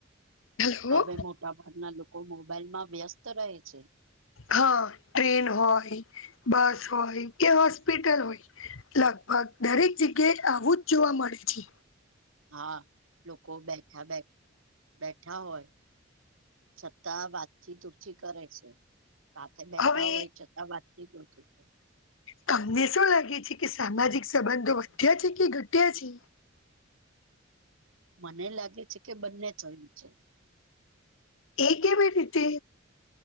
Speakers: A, on the left (about 75°); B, on the right (about 80°).
A: હલો
B: હવે મોટા ભાગના લોકો મોબાઈલમાં વ્યસ્ત રહે છે.
A: હા ટ્રેન હોય, બસ હોય કે હોસ્પિટલ હોય, લગભગ દરેક જગ્યાએ આવું જ જોવા મળે છે.
B: હા લોકો બેઠા બેઠ બેઠા હોય, છતા વાતચી ઉછી કરે છે. સાથે બેઠા
A: હવે
B: હોય છતાં વાતચત નથી થતી.
A: તમને શું લાગે છે કે સામાજિક સંબંધો વધ્યા છે કે ઘટ્યા છે?
B: મને લાગે છે કે બંને થયું છે.
A: એ કેવી રીતે?